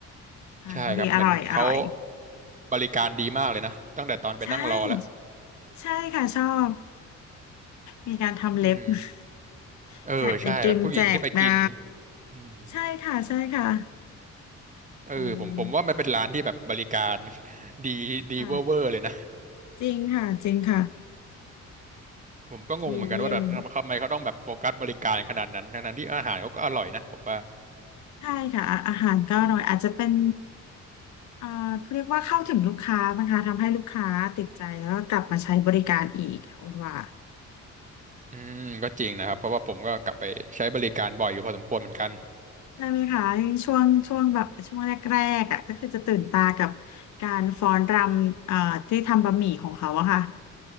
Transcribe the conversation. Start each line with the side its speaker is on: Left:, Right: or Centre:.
Left: ค่ะดีอร่อยอร่อย
Right: ใช่ครับเหมือนเขาบริการดีมากเลยนะตั้งแต่ตอนไปนั่งรอแล้ว
Left: ใช่ใช่ค่ะชอบมีการทำเล็บ
Right: อืม
Left: <laughs>
Right: เออใช่แบบผู้หญิงที่ไปกิน
Left: แจกไอติมแจกน้
Right: อืม
Left: ำใช่ค่ะใช่ค่ะ
Right: เออผมผมว่ามันเป็นร้านที่แบบบริการ
Left: อืม
Right: <laughs> ดีดีเวอร์เวอร์เลยนะ
Left: ค่ะจริงค่ะจริงค่ะ
Right: ผมก็งงเหมือนกันว่าแบบทำไมทำไมเขาต้องแบบโฟกัสบริการขนาดนั้นทั้งๆที่อาหารเขาก็อร่อยนะผมว่า
Left: ดีเยี่ยมใช่ค่ะอาอาหารก็อร่อยอาจจะเป็น อ่าเรียกว่าเข้าถึงลูกค้านะคะทำให้ลูกค้าติดใจแล้วก็กลับมาใช้บริการอีกค่ะคุณว่า
Right: อืมก็จริงนะครับเพราะว่าผมก็กลับไปใช้บริการบ่อยอยู่พอสมควรเหมือนกัน
Left: ใช่ไหมคะช่วงช่วงแบบช่วงแรกๆอ่ะก็คือจะตื่นตากับการฟ้อนรำเอ่อที่ทำบะหมี่ของเขาอะค่ะ